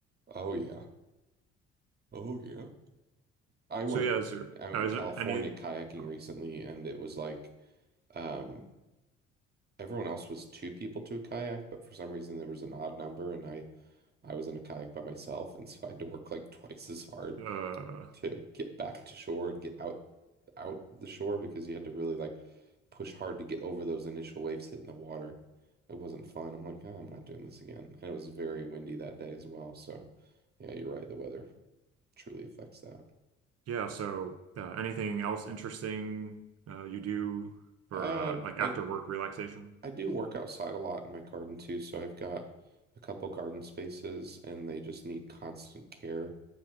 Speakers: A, on the right (about 25°); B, on the right (about 40°).
A: Oh yeah. Oh yeah. I went
B: So yeah, is there
A: out
B: uh,
A: in
B: is
A: California
B: there any
A: kayaking
B: oh,
A: recently, and it was like um, everyone else was two people to a kayak, but for some reason there was an odd number, and I I was in a kayak by myself, and so I had to work like twice as hard
B: uh
A: to get back to shore and get out out the shore because you had to really like push hard to get over those initial waves hitting the water. It wasn't fun. I'm like, oh, I'm not doing this again. And it was very windy that day as well. So, yeah, you're right. The weather truly affects that.
B: yeah, so uh, anything else interesting uh you do for
A: Uh,
B: uh like after
A: I
B: work relaxation?
A: I do work outside a lot in my garden too, so I've got a couple garden spaces and they just need constant care.